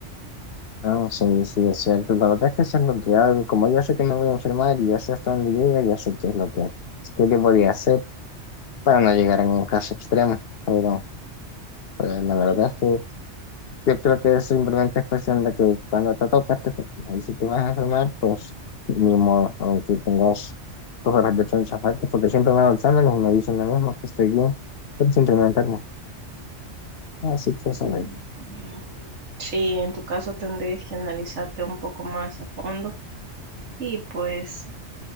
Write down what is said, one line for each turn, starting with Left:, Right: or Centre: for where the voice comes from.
Left: No, sí, sí, es cierto. La verdad es que eso es lo que hago. Como yo sé que me voy a enfermar y ya sé hasta dónde llega, ya sé qué es lo que, qué que podía hacer para no llegar a un caso extremo. Pero pues, la verdad
Right: Sí,
Left: es que yo creo que es simplemente cuestión de que cuando te tocas, te tocas. Y si te vas a enfermar, pues ni modo, aunque tengas tus horas de chance aparte, porque siempre me hago exámenes y me dicen lo mismo, que estoy bien, pero siempre me enfermo. Así que eso
Right: Sí, mm, sí, en tu caso tendrías que analizarte un poco más a fondo y pues